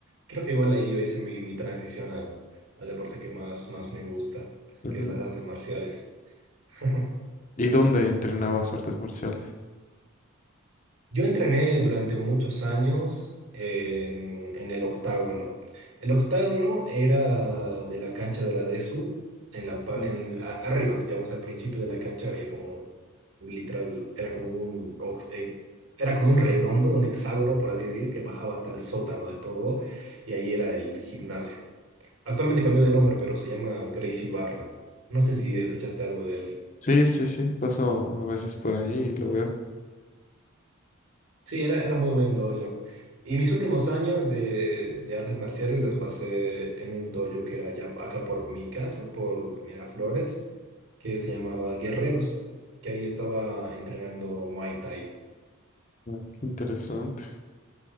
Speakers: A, on the right; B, on the left.
A: creo que igual ahí yo hice mi, mi transición al al deporte que más, más me gusta,
B: Ujú.
A: que es las artes marciales. <laughs>
B: ¿Y dónde entrenabas artes marciales?
A: Yo entrené durante muchos años en, en el octágono. El octágono era de la cancha de la DESU, en la, par-
B: Ujú.
A: en, a- arriba, digamos, al principio de la cancha había como, literal, era como un, ox- eh, era como un redondo, un hexágono, por así decir, que bajaba hasta el sótano de todo, y ahí era el gimnasio. Actualmente cambió de nombre, pero se llama Gracie Barra. No sé si escuchaste algo de él.
B: Sí, sí, sí, paso a veces por ahí y lo veo.
A: Sí, era, era muy buen dojo. Y mis últimos años de, de artes marciales las pasé en un dojo que era allá, acá por mi casa, por Miraflores, que se llamaba Guerreros, que ahí estaba entrenando Muay Thai.
B: Ah, qué interesante.